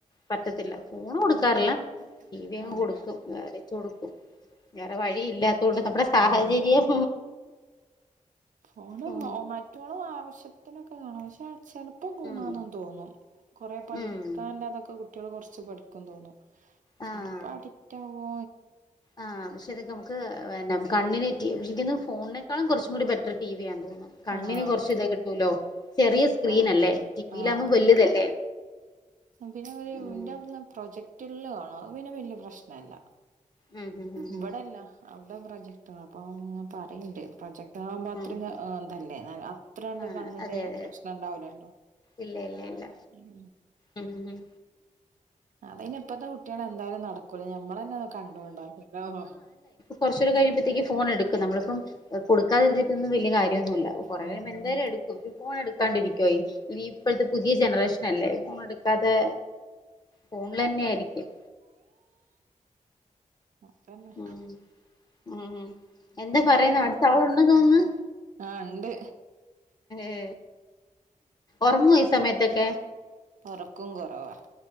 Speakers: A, on the left; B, on the right.
A: പറ്റത്തില്ല. ഫോൺ കൊടുക്കാറില്ല.
B: ആഹ്
A: ടി വി അങ്ങ്
B: ആഹ്
A: കൊടുക്കും വെച്ച് കൊടുക്കും. വേറെ വഴി ഇല്ലാത്ത കൊണ്ട് നമ്മുടെ
B: ആഹ്
A: സാഹചര്യം
B: ഫോണും
A: ഉം
B: മറ്റോളും ആവശ്യത്തിനൊക്കെ കാണും പക്ഷെ ചെലപ്പോ ഗുണാന്നെന്ന്
A: ഉം
B: തോന്നും കൊറേ പഠിക്കാൻല്ലാതൊക്കെ
A: ഉം
B: കുട്ടികൾ കുറച്ച് പഠിക്കും തോന്നും
A: ആഹ്
B: ചെലപ്പോ അടിക്റ്റ് ആവോ
A: ആഹ് പക്ഷേ ഇതൊക്കെ നമുക്ക് കണ്ണിന് പക്ഷെ എനിക്ക് തോന്നു ഫോണിനേക്കാളും കുറച്ചും കൂടി ബെറ്റർ ടി വി യാണ് കണ്ണിന്
B: ആഹ്
A: കൊറച്ച് ഇത് കിട്ടൂലോ ചെറിയ സ്ക്രീനല്ലേ
B: അതെ
A: ടിവിലാകുമ്പോ
B: ആഹ് അതന്നെ
A: വലുതല്ലേ
B: പിന്നെ ഒരു
A: ഉം
B: <unintelligible> പ്രോജക്ട് മറ്റുള്ളാണോ പിന്നെ വല്യ പ്രശ്നല്ല
A: ഉം ഉം ഉം
B: ഇവിടെല്ല അ <unintelligible> പ്രൊജക്ട്റ് അപ്പൊ പറയണ്ട് പ്രൊജക്ട് താമ്പോ അത്ര
A: ഉം ഉം
B: എന്തല്ലേ അത്രണ്ട്
A: ആഹ്
B: കണ്ണിന്
A: അതെ അതെ
B: പ്രശ്നം ഇണ്ടാവിലല്ലോ
A: ഇല്ല ഇല്ല ഇല്ല
B: ഉം
A: ഉം ഉം
B: അപിന്നെ ഇപ്പഴത്തെ കുട്ടിയളെന്താലും നടക്കൂല ഞമ്മളന്നെ കണ്ടൊണ്ടാക്കല്ല പിന്നാന്നോ
A: കുറച്ച് കഴിയുമ്പഴത്തേക്ക് ഫോൺ എടുക്കും നമ്മളിപ്പം കൊടുക്കാതിരിന്നിട്ടൊന്നും വലിയ കാര്യ കാര്യം ഒന്നും ഇല്ല കുറെ
B: ഉം
A: കഴിമ്പോ എന്തായാലും എടുക്കും ഈ ഫോൺ എടുക്കാണ്ടിരിക്കുവോയ് ഇനി ഇപ്പോത്തെ പുതിയ ജനറേഷൻ അല്ലേ ഫോൺ എടുക്കാതെ ഫോണിൽ തന്നെ ആയിരിക്കും
B: അതന്നെ
A: ഉം ഉഎന്താ പറയുന്ന അടുത്ത് ആളുണ്ടെന്ന് തോന്നുന്നു
B: ആഹ് ഉണ്ട്
A: ഏ ഉറങ്ങുവോ ഈ സമയത്തൊക്കെ
B: ഒറക്കം കുറവാ